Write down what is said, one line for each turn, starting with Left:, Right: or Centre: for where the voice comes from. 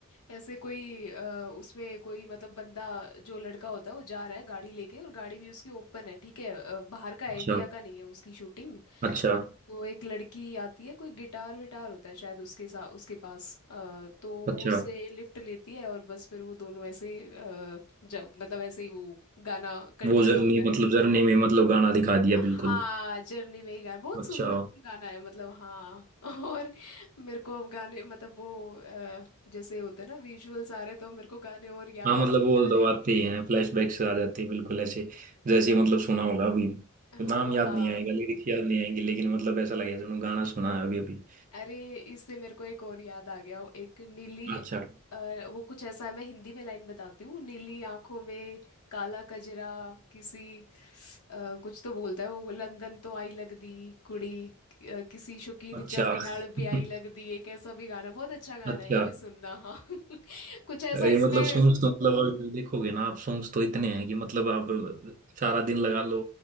Left: ऐसे कोई अ, उसमें कोई मतलब बंदा जो लड़का होता है वो जा रहा है गाड़ी लेके और गाड़ी भी उसकी ओपन है ठीक है अ, बाहर का है
Right: अच्छा
Left: इंडिया का नहीं है उसकी शूटिंग
Right: अच्छा
Left: तो एक लड़की आती है कोई गिटार विटार होता है शायद उसके साथ उसके पास अ, तो वो
Right: अच्छा
Left: उससे लिफ्ट लेती है और बस फिर वो दोनों ऐसे अ, जब मतलब ऐसे ही वो गाना कंटिन्यू
Right: वो जर्नी
Left: होता है
Right: मतलब जर्नी में मतलब गाना दिखा दिया
Left: हाँ
Right: बिल्कुल
Left: जर्नी में ही गाना बहुत
Right: अच्छा
Left: सुंदर सा गाना है मतलब हाँ <laughs> और मेरे को अब गाने मतलब वो अ, जैसे होते हैं ना विजुअल्स आ रहे तो मेरे को गाने और याद
Right: हाँ मतलब
Left: आते
Right: वो
Left: जा रहे
Right: तो
Left: हैं
Right: आते ही हैं
Left: <laughs>
Right: फ्लैशबैक से आ जाते हैं बिल्कुल ऐसे जैसे मतलब सुना होगा अभी
Left: हाँ
Right: नाम याद
Left: हाँ
Right: नहीं आएगा लिरिक्स याद नहीं आएंगे लेकिन मतलब ऐसा लगेगा जो गाना सुना है अभी अभी
Left: अरे इससे मेरे को एक और याद आ गया एक नीली
Right: अच्छा
Left: अ, वो कुछ ऐसा है मैं हिंदी में लाइन बताती हूँ नीली आंखों में काला कजरा किसी ਅ, ਕੁਝ ਤਾਂ ਬੋਲਦਾ ਹੈ ਉਹ ਲੰਦਨ ਤੋਂ ਆਈ ਲੱਗਦੀ ਕੁੜੀ ਕਿ- ਅ, ਕਿसी शौकीन
Right: अच्छा
Left: जट ਨਾਲ
Right: <laughs>
Left: ਵੀ ਆਈ ਲੱਗਦੀ एक ऐसा भी गाना बहुत अच्छा गाना
Right: अच्छा
Left: है ये भी सुनना हाँ <laughs> कुछ ऐसा
Right: ये
Left: इसमें
Right: मतलब सॉन्ग्स तो मतलब अगर देखोगे ना आप सॉन्ग्स तो इतने हैं कि मतलब आप सारा दिन लगा लो